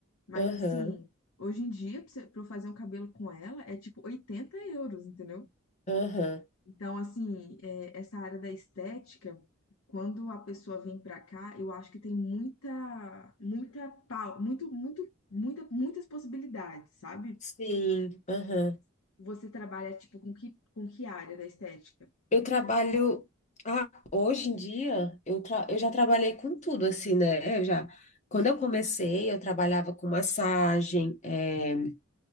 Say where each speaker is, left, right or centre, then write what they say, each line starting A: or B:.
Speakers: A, on the left; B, on the left.
A: Mas
B: Aham,
A: assim, hoje em dia, pra você- pra eu fazer um cabelo com ela, é tipo 80 euros, entendeu?
B: aham.
A: Então, assim, é, essa área da estética, quando a pessoa vem pra cá, eu acho que tem muita, muita, pau- muito, muito, muita, muitas possibilidades, sabe?
B: Sim, aham.
A: Você trabalha, tipo, com que, com que área da estética?
B: Eu trabalho. Ah, hoje em dia, eu, tra... eu já trabalhei com tudo, assim, né? Eu já... Quando eu comecei, eu trabalhava com massagem, é